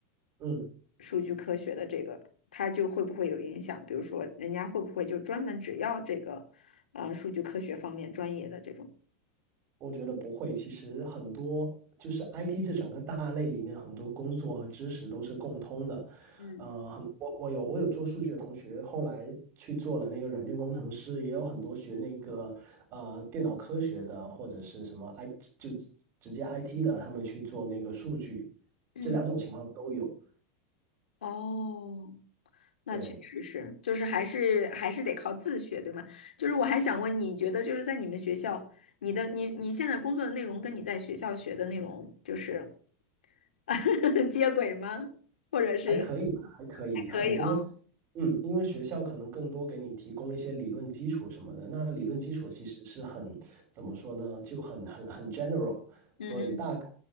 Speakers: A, on the right; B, on the left.
A: 嗯
B: 数据科学的这个，他就会不会有影响？比如说，人家会不会就专门只要这个，呃，数据科学方面专业的这种？
A: 我觉得不会，其实很多就是 IT 这整个大类里面很多工作和知识都是共通的。
B: 嗯，
A: 呃，很我我有我有做数据的同学，后来去做了那个软件工程师，也有很多学那个呃电脑科学的或者是什么 I 就直接 IT 的，他们去做那个数据，
B: 嗯。
A: 这两种情况都有。
B: 哦，那确实是，
A: 对，
B: 就是还是还是得靠自学，对吗？就是我还想问，你觉得就是在你们学校，你的你你现在工作的内容跟你在学校学的内容就是 <laughs> 接轨吗？或者是
A: 还可以吧，还可以，
B: 还可以啊？
A: 很多，嗯，因为学校可能更多给你提供一些理论基础什么的，那理论基础其实是很，怎么说呢，就很很很 general，所以大概
B: 嗯